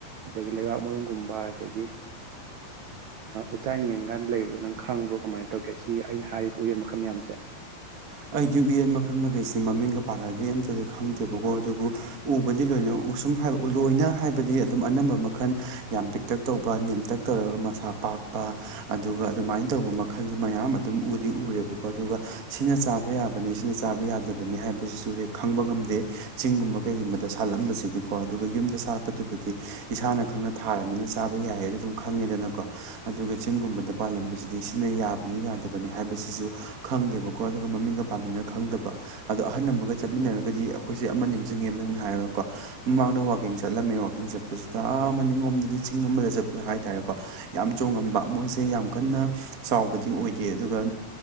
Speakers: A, on the right; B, on the right.
A: ꯑꯗꯒꯤ ꯂꯩꯕꯥꯛ ꯃꯔꯨꯝꯒꯨꯝꯕ ꯑꯗꯒꯤ ꯎꯆꯥꯟ ꯌꯦꯟ ꯒꯥꯏꯅ ꯂꯩꯕꯗꯣ ꯅꯪ ꯈꯪꯕ꯭ꯔꯣ ꯀꯃꯥꯏ ꯇꯧꯒꯦ ꯑꯩꯅ ꯍꯥꯏꯔꯤ ꯎꯌꯦꯟ ꯃꯈꯜ ꯃꯌꯥꯝꯁꯦ
B: ꯑꯩꯗꯤ ꯎꯌꯦꯟ ꯃꯈꯜ ꯃꯈꯩꯁꯦ ꯃꯃꯤꯡꯒ ꯄꯥꯟꯅꯗꯤ ꯑꯝꯇꯗꯤ ꯈꯪꯗꯦꯕꯀꯣ ꯑꯗꯨꯕꯨ ꯎꯕꯨꯗꯤ ꯂꯣꯏꯅ ꯎꯁꯨꯝ ꯂꯣꯏꯅ ꯍꯥꯏꯕꯗꯤ ꯑꯗꯨꯝ ꯑꯅꯝꯕ ꯃꯈꯜ ꯌꯥꯝ ꯄꯤꯛꯇꯛ ꯇꯧꯕ ꯅꯦꯝꯇꯛ ꯇꯧꯔꯒ ꯃꯁꯥ ꯄꯥꯛꯄ ꯑꯗꯨꯒ ꯑꯗꯨꯃꯥꯏꯅ ꯇꯧꯕ ꯃꯈꯜ ꯃꯌꯥꯝ ꯑꯗꯨꯝ ꯎꯗꯤ ꯎꯔꯦꯕꯀꯣ ꯑꯗꯨꯒ ꯁꯤꯅ ꯆꯥꯕ ꯌꯥꯕꯅꯤ ꯁꯤꯅ ꯆꯥꯕ ꯌꯥꯗꯕꯅꯤ ꯍꯥꯏꯕꯁꯤꯁꯨ ꯍꯦꯛ ꯈꯪꯕ ꯉꯝꯗꯦ ꯆꯤꯡꯒꯨꯝꯕ ꯀꯩꯒꯨꯝꯕꯗ ꯁꯥꯠꯂꯝꯕꯁꯤꯗꯤ ꯀꯣ ꯑꯗꯨꯒ ꯌꯨꯝꯗ ꯁꯥꯠꯄꯗꯨꯕꯨꯗꯤ ꯏꯁꯥꯅ ꯈꯪꯅ ꯊꯥꯔꯕꯃꯤꯅ ꯆꯥꯕ ꯌꯥꯏꯌꯦ ꯑꯗꯨ ꯑꯗꯨꯝ ꯈꯪꯉꯦꯗꯅꯀꯣ ꯑꯗꯨꯒ ꯆꯤꯡꯒꯨꯝꯕꯗ ꯄꯥꯜꯂꯝꯕꯁꯤꯗꯤ ꯁꯤꯅ ꯌꯥꯕꯅꯤ ꯌꯥꯗꯕꯅꯤ ꯍꯥꯏꯕꯁꯤꯁꯨ ꯈꯪꯗꯦꯕꯀꯣ ꯑꯗꯨꯒ ꯃꯃꯤꯡꯒ ꯄꯥꯟꯅꯅ ꯈꯪꯗꯕ ꯑꯗꯣ ꯑꯍꯜ ꯑꯃꯒ ꯆꯠꯃꯤꯟꯅꯔꯒꯗꯤ ꯑꯩꯈꯣꯏꯁꯦ ꯑꯃ ꯅꯤꯡꯁꯤꯡꯉꯦ ꯅꯪꯅ ꯍꯥꯏꯔꯒꯀꯣ ꯃꯃꯥꯡꯗ ꯋꯥꯀꯤꯡ ꯆꯠꯂꯝꯃꯦ ꯋꯥꯥꯛꯀꯤꯡ ꯆꯠꯄꯁꯤꯗ ꯑꯃꯅꯤꯡꯂꯣꯝꯗꯒꯤ ꯆꯤꯡ ꯑꯃꯗ ꯆꯠꯄ ꯍꯥꯏꯇꯥꯔꯦꯀꯣ ꯌꯥꯝ ꯆꯣꯉꯝꯕ ꯃꯣꯏꯁꯦ ꯌꯥꯝ ꯀꯟꯅ ꯆꯥꯎꯕꯗꯤ ꯑꯣꯏꯗꯦ ꯑꯗꯨꯒ